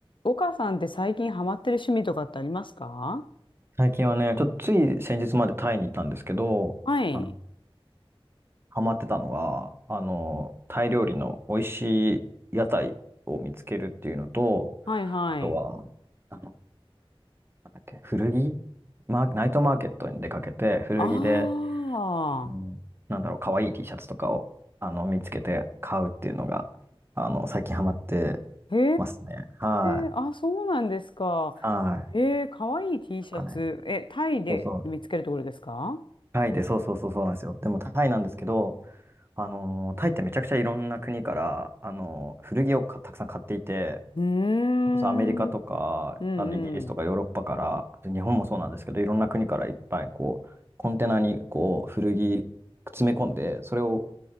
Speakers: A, on the left; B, on the right.
A: 岡さんって最近ハマってる趣味とかってありますか
B: 最近はね、ちょっとつい先日までタイにいたんですけど、
A: はい。
B: あの、ハマってたのが、あの、タイ料理の美味しい屋台を見つけるっていうのと、
A: はいはい。
B: あとは、あの、なんだっけ、古着マーナイトマーケットに出かけて、古着で、
A: あ
B: あのなんだろう、可愛い T シャツとかを、あの、見つけて買うっていうのが、あの、最近ハマって
A: あ。へ
B: ますね。はい。
A: え。あ、そうなんですか。
B: はい。
A: へえ、かわいい T
B: なんかね、
A: シャツ。え、タイで見つけるところですか
B: そうそう。タイで、そうそうそうそうなんですよ。でもタイなんですけど、あのータイってめちゃくちゃいろんな国から、あのー古着をかたくさん買っていて、
A: うーん。
B: それこそアメリカとか、
A: うんうん。
B: あのイギリスとかヨーロッパから、日本もそうなんですけど、いろんな国からいっぱいこう、コンテナにこう、古着詰め込んで、それを